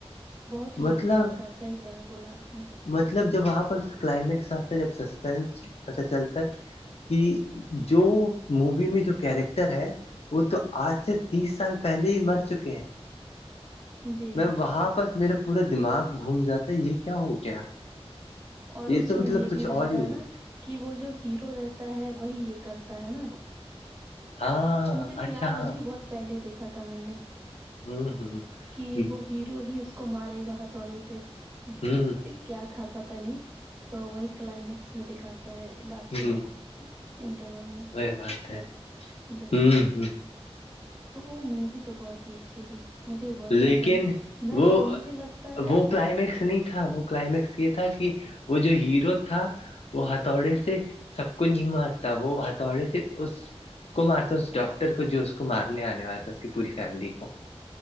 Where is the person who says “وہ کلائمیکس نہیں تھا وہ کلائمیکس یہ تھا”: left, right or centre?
Left